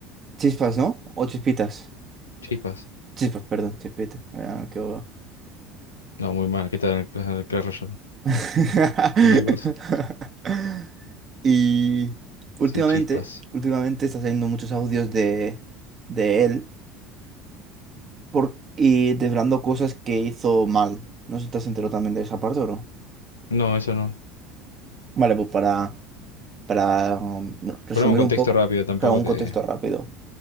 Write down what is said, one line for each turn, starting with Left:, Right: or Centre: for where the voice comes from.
Right: Chispas, ¿no? O Chispitas.
Left: Chispas.
Right: Chispas, perdón, Chispitas. Ah, qué bobo.
Left: No, muy mal. ¿Qué tal el Cla- el Clash Royale?
Right: <laughs>
Left: Cualquier cosa.
Right: Y últimamente,
Left: Sí, chispas.
Right: últimamente está saliendo muchos audios de, de él por, y desvelando cosas que hizo mal. No sé si estás enterado también de esa parte o no.
Left: No, eso no.
Right: Vale, pues para para um, resumir
Left: Ponemos contexto
Right: un poco,
Left: rápido, tampoco
Right: claro, un
Left: te.
Right: contexto rápido.